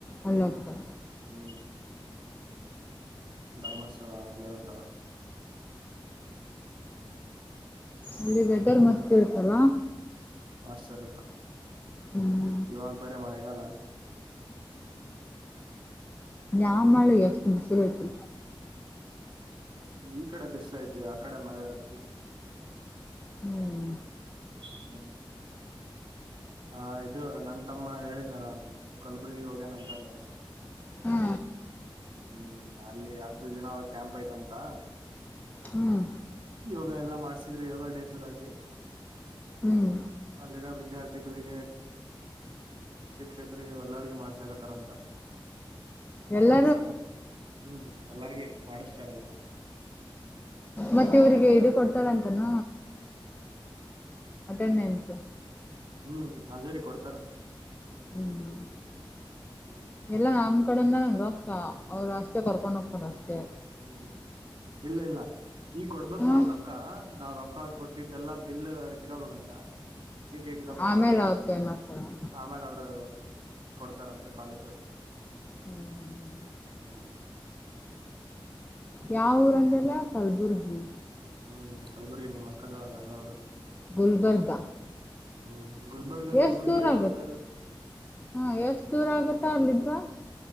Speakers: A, on the left (about 20°); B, on the right (about 60°).
A: ಅಲ್ಲಿ ಹೋಗ್ತಾವ
B: ಹ್ಮ್ ಧರ್ಮಸ್ಥಳಲ್ಲ ಉಂಟಾರ
A: ಅಲ್ಲಿ ವೆದರ್ ಮಸ್ತ್ ಇರುತ್ತಲ್ಲ
B: ಹ ಸರ್ತ್ತ
A: ಹ್ಮ್
B: ಇವಾಗ ಬರ ಮಳೆಗಲ್ಲ
A: ಾನ್ ಮಾಡಾಳ ಎಷ್ಟು ಬಷರಯತು
B: ಹ ಈ ಕಡೆ ಬಿಸ್ಲ ಐತಿ ಆ ಕಡೆ ಮಳೆ ಇರತ್ತ
A: ಹ್ಮ್
B: ಹ್ಮ್ ಹ ಇದು ನ ತಮ್ಮ ಹೇಳಿದ್ನಾರ ಕಲ್ಬುರ್ಗಿ ಹೋಗ್ಯನಂತ ಒಂದು
A: ಹಾ
B: ಹ್ಮ್ ಅಲ್ಲಿ ಹತ್ತು ದಿನ ಕ್ಯಾಂಪ್ ಐ್ತಂತ
A: ಹ್ಮ್
B: ಯೋಗ ಎಲ್ಲಾ ಮಾಡ್ಸಿದ್ರೆ ಯೋಗ ಡೇ ಸಲಾಗಿ
A: ಹ್ಮ್
B: ಅಲ್ಲಿರೋ ವಿದ್ಯಾರ್ಥಿಗಳಿಗೆ ಶಿಕ್ಷಕರಿಗೆ ಎಲ್ಲಗ ಮಾಡ್ಸಕತ್ತಾರಂತ
A: ಎಲ್ಲ
B: ಸಾನ ಹ್ಮ್ ಎಲ್ಲಾರ್ಗ ಮಾಡಿಸ್ತಾರಂತ
A: ಮತ್ತ ಇವ್ರಿಗೆ ಇದು ಕೊಡ್ತಳಂತಾನ ಅಟೆಂಡೆನ್ಸ್
B: ಹ್ಮ್ ಹೇರಿ ಕೊಡ್ತಾರ
A: ಹ್ಮ್
B: ಹ್ಮ್
A: ಎಲ್ಲಾ ನಮ ಕೊಡಂದ ನನ್ ರಕ್ಕ ಅವ್ರ ಕರ್ಕೊಂಡು ಹೋಗ್ತಾನ ಅಷ್ಟೇ
B: ಹ್ಮ್ ಇಲ್ಲ ಇಲ್ಲ ಈಗ ಕೊಡ್ಬೇಕಕ್
A: ಹ
B: ನಾವ್ ರೊಕ್ಕ ನಾವ್ ರೊಕ್ಕ ಕೊಟ್ಟಿದ್ದೆಲ್ಲಾ ಬಿಲ್ ಇಟ್ಕಬಬೇಕ <unintelligible> ಚೀಟಿ ಇಟ್ಕಬೇಕಂತ
A: ಆಮೇಲೆ ಅವ್ರ ಪೇ ಮಾಡ್ತಾರ ಹ್ಮ್
B: ಆಮೇಲೆ ಅವರು ಕೊಡ್ತಾರಂತ ಕಾಲೇಜರು
A: ಹ್ಮ್ ಹ್ಮ್ ಹ್ಮ್
B: ಹ್ಮ್
A: ಯಾವ ಊರ ಅಂದ್ರಲ್ಲ ಕಲ್ಬುರ್ಗಿ
B: ಹ್ಮ್ ಕಲ್ಬುರ್ಗಿ ನಿಮ್ಮ್ ಅಕ್ಕದಾಳಲ್ಲ ಅದ ಅವ್ರ
A: ಗುಲ್ಬರ್ಗ
B: ಹ್ಮ್ ಗುಲ್ಬರ್ಗ
A: ಎಷ್ಟ್
B: ಕಲ್ಬುರ್ಗಿ
A: ದೂರ
B: ಎರಡು
A: ಆಗತ್
B: ಒಂದೇ ಅಲ್ಲ
A: ಹಾ ಎಷ್ಟ್ ದೂರ ಆಗತ್ತಾ ಅಲ್ಲಿದ